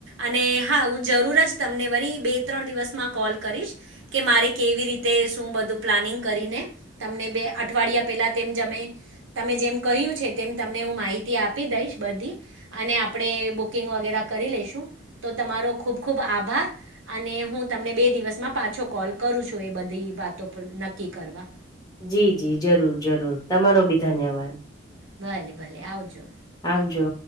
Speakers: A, on the right; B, on the left.
A: અને હા, હું જરૂર જ તમને વળી બે ત્રણ દિવસમાં કોલ કરીશ કે મારે કેવી રીતે શું બધું પ્લાનિંગ કરીને તમને બે અઠવાડિયા પહેલા તેમ જમે તમે જેમ કહ્યું છે તેમ તમને હું માહિતી આપી દઈશ બધી અને આપણે બુકિંગ વગેરે કરી લેશું તો. તમારો ખૂબ ખૂબ આભાર અને હું તમને બે દિવસમાં પાછો કોલ કરું છું એ બધી વાતો. તો નક્કી કરવા.
B: જી જી જરૂર જરૂર તમારો બી ધન્યવાદ.
A: ભલે ભલે આવજો.
B: આવજો